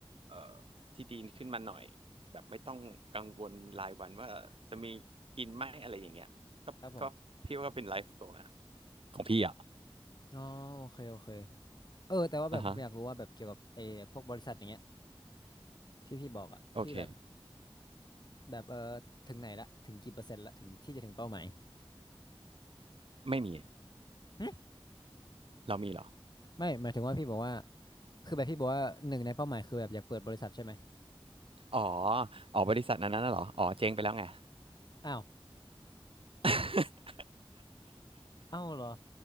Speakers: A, on the right; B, on the left.
A: เอ่อที่ดีขึ้นมาหน่อยแบบไม่ต้องกังวลรายวันว่าจะมีกินไหมอะไรอย่างเงี้ยก็ก็พี่ว่าเป็นไลฟ์โกนะ
B: ครับผม
A: ของพี่อ่ะ
B: อ๋อโอเคโอเคเออแต่ว่าแบบผมอยากรู้ว่าแบบเกี่ยวกับไอ้พวกบริษัทอย่างเงี้ย
A: อ่าฮะ
B: ที่พี่บอกอ่ะพี่แบบ
A: โอเค
B: แบบเออถึงไหนละถึงกี่เปอร์เซ็นต์ละถึงที่จะถึงเป้าหมาย
A: ไม่มี
B: หึ
A: เรามีเหรอ
B: ไม่หมายถึงว่าพี่บอกว่าคือแบบพี่บอกว่าหนึ่งในเป้าหมายคือแบบอยากเปิดบริษัทใช่ไหม
A: อ๋ออ๋อบริษัทนั้นน่ะเหรออ๋อเจ๊งไปแล้วไง
B: อ้าว
A: <laughs>
B: อ้าวเหรอ